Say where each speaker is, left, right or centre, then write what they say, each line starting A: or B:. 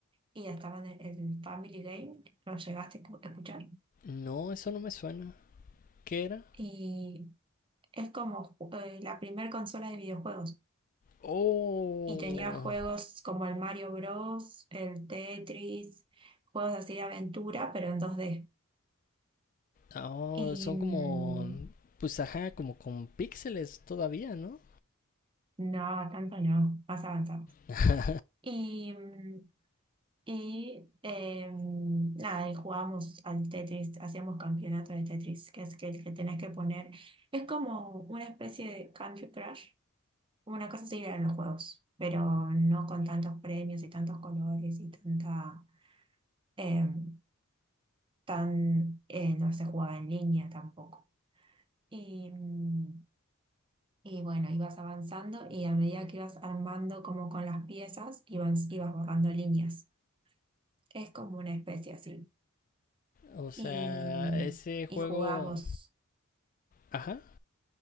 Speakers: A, on the right; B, on the left.
A: Y estaban el, el Family Game, lo llegaste a escu- a escuchar.
B: No, eso no me suena. ¿Qué era?
A: Y es como ju- eh, la primer consola de videojuegos.
B: Oh,
A: Y tenía juegos como el Mario Bros, el Tetris, juegos así de aventura, pero en dos d
B: oh
A: Y
B: son
A: mm,
B: como, pues ajá, como con píxeles todavía, ¿no?
A: no, tanto no, más avanzado.
B: <laughs>
A: Y, mm, y em, nada, y jugábamos al Tetris, hacíamos campeonato de Tetris, que es que el que tenés que poner. Es como una especie de Candy Crush, una cosa así en los juegos, pero no con tantos premios y tantos colores y tanta, em, tan, eh, no se jugaba en línea tampoco. Y, mm, y bueno, ibas avanzando y a medida que ibas armando como con las piezas, ibas, ibas borrando líneas. Es como una especie así.
B: o sea,
A: y,
B: ese juego,
A: y jugamos.
B: ajá.